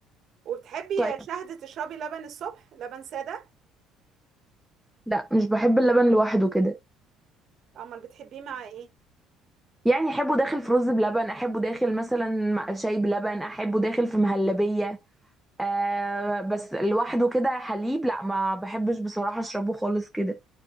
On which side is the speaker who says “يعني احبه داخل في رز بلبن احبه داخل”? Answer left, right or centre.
Centre